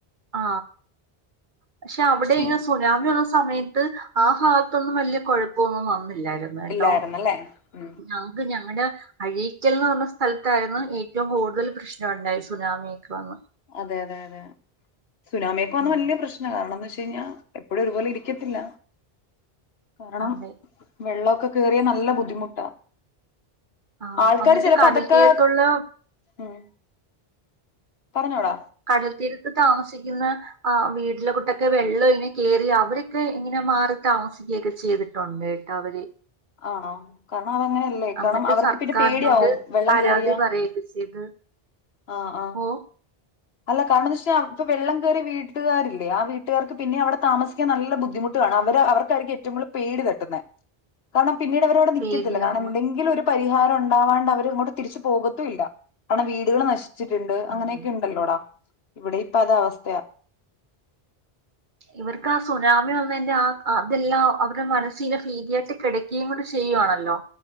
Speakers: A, on the right; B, on the left.
A: ആ പക്ഷെ അവിടെ
B: ശി
A: ഇങ്ങനെ സുനാമി ഉള്ള സമയത്ത് ആ ഭാഗ ത്തൊന്നും വല്ല്യ കുഴപ്പൊന്നും വന്നില്ലായിരുന്നു കേട്ടോ
B: ഇല്ലായിരുന്നല്ലേ ഉം
A: ഞങ്ങക്ക് ഞങ്ങ <unintelligible> ങ്ങടെ അഴീക്കൽ എന്ന് പറഞ്ഞ സ്ഥലത്തായിരുന്നു ഏറ്റവും കൂടുതൽ പ്രശ്നമുണ്ടായി സുനാമിയക്ക് വന്ന്
B: അതെ അതെ അതെ സുനാമിയൊക്കെ വന്ന
A: ഉം,
B: വല്യ പ്രശ്നാ കാരണംന്ന് വച്ചാ പിന്നെ എപ്പഴും ഒരുപോലെ ഇരിക്കത്തില്ല കാരണം
A: അതെ
B: വെള്ള ഒക് ക്കെ കേറിയാ നല്ല ബുദ്ധിമുട്ടാ
A: ആ,
B: ആൾക്കാര്
A: വന്നിട്ട്
B: ചെലപ്പോ
A: കടൽ
B: അതൊക്കെ
A: തീരത്തുള്ള
B: ഉം പറഞ്ഞോടാ
A: കടൽത്തീരത്ത് താമസിക്കുന്ന ആ വീട്ടിലെ കുട്ടൊക്കെ വെള്ളം ഇങ്ങനെ കേറി അവരൊക്കെ ഇങ്ങനെ മാറി താമസിക്കുകയൊക്കെ ചെയ്തിട്ടുണ്ട് അവര്
B: ആണോ ക ആ അതങ്ങനെയല്ലേ കാരണം
A: എന്നിട്ട്
B: അവർക്ക്
A: സർക്കാരിനോട്
B: പിന്നെ പേടിയാവും വെള്ളം
A: പരാതി
B: കേറിയാ
A: പറയുകയൊക്കെ ചെയ്ത്
B: ആ ആ
A: ഓ
B: അല്ല കാരണം ന്ന് വെച്ചാ അവർക്ക് വെള്ളം കയറിയ വീട്ടുകാരില്ലേ ആ വീട്ടുകാർക്ക് പിന്നെ അവിടെ താമസിക്കാൻ നല്ല ബുദ്ധിമുട്ട് കാണും അവര് അവർക്കായിരിക്കും ഏറ്റവും കൂടുതൽ പേടി തട്ടുന്നത് കാരണം പിന്നീട് അവരവിടെ നിക്കത്തില്ലാ
A: പേടിയാന്ന്
B: കാരണം എന്തെങ്കിലും ഒരു പരിഹാരം ഉണ്ടാവാണ്ട് അവരങ്ങോട്ട് തിരിച്ചു പോകത്തും ഇല്ല കാരണം വീടുകൾ നശിച്ചിട്ടുണ്ട്
A: ഉം.
B: അങ്ങനെയൊക്കെ ഇൻ ള്ളോടാ ഇവിടെ ഇപ്പ അത് അവസ്ഥയാ
A: ഇവർക്ക് ആ സുനാമി വന്നയ്ന്റെ ആ ആ അതെല്ലാം അവരുടെ മനസ്സിനെ ഭീതിയായിട്ട് കിടക്കുകയും കൂടി ചെയ്യുവാണല്ലോ